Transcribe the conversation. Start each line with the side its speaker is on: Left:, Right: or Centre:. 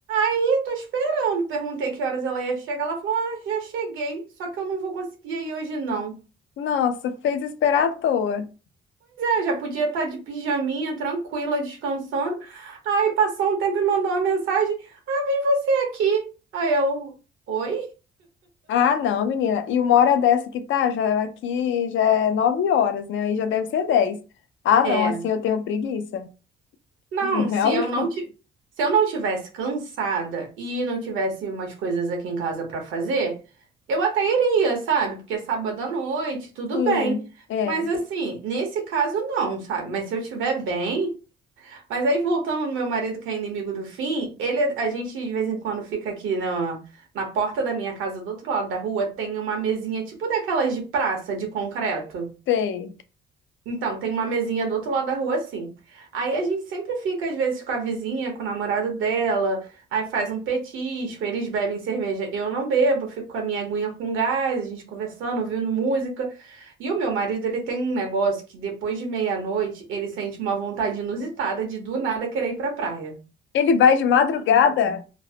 Right: E tô esperando. Perguntei que horas ela ia chegar. Ela falou: Ah, já cheguei, só que eu não vou conseguir ir hoje, não.
Left: Nossa, fez esperar à toa.
Right: É, já podia estar de pijaminha, tranquila, descansando. Aí passou um tempo e mandou uma mensagem: Ah, vem você aqui. Aí eu, oi?
Left: Ah, não, menina. E uma hora dessa que tá, já aqui já é nove horas, né? Aí já deve ser dez. Ah,
Right: É,
Left: não, assim eu tenho preguiça. <laughs>
Right: Não,
Left: Realmente.
Right: se eu não ti- se eu não tivesse cansada e não tivesse umas coisas aqui em casa pra fazer, eu até iria, sabe? Porque é sábado à noite, tudo
Left: Sim,
Right: bem.
Left: é,
Right: Mas assim, nesse caso não, sabe? Mas se eu estiver bem, Mas aí, voltando no meu marido, que é inimigo do fim, ele, a gente de vez em quando fica aqui na, na porta da minha casa, do outro lado da rua, tem uma mesinha tipo daquelas de praça, de concreto.
Left: sei.
Right: Então, tem uma mesinha do outro lado da rua, assim. Aí a gente sempre fica, às vezes, com a vizinha, com o namorado dela, aí faz um petisco, eles bebem cerveja. Eu não bebo, fico com a minha aguinha com gás, a gente conversando, ouvindo música. E o meu marido, ele tem um negócio que depois de meia-noite, ele sente uma vontade inusitada de do nada querer ir pra praia.
Left: Ele vai de madrugada?